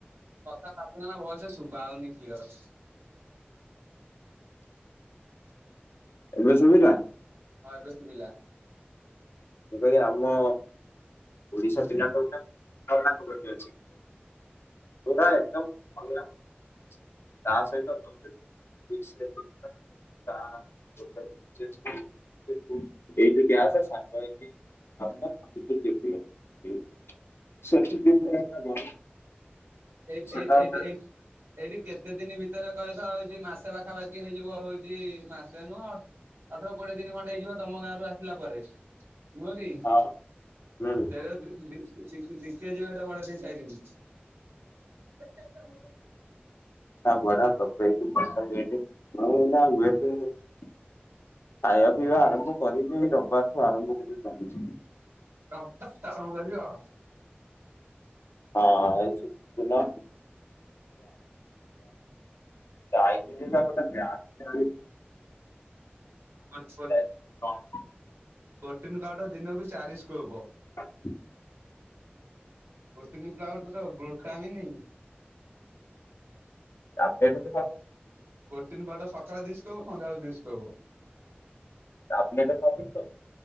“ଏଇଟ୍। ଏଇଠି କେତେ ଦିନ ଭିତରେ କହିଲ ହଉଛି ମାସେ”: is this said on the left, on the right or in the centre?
Right